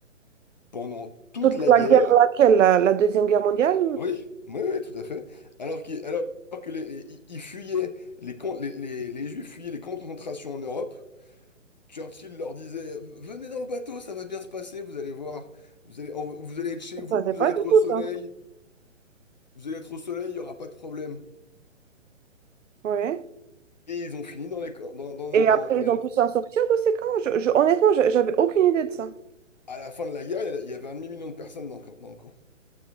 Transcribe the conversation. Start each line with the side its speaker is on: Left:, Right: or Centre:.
Left: Pendant toute
Right: Toute
Left: la
Right: la
Left: guerre.
Right: guerre, laquelle? La, la Deuxième Guerre mondiale?
Left: Oui, oui, oui, tout à fait. Alors qu'ils, alors que les, ils ils fuyaient, les, camps- les, les, les Juifs fuyaient les camps de concentration en Europe. Churchill leur disait, venez dans le bateau, ça va bien se passer, vous allez voir. Vous allez, on- vous allez être chez
Right: Je
Left: vous,
Right: ne savais
Left: vous
Right: pas
Left: allez
Right: du
Left: être au
Right: tout,
Left: soleil.
Right: ça.
Left: Vous allez être au soleil, il n'y aura pas de problème.
Right: Ouais.
Left: Et ils ont fini dans les camps- dans, dans
Right: Et
Left: un camp.
Right: après,
Left: Et
Right: ils ont pu s'en sortir de ces camps? Je- je- honnêtement, je- j'avais aucune idée de ça.
Left: À la fin de la guerre, il y a- il y avait un demi-million de personnes dans le camp. dans le camp.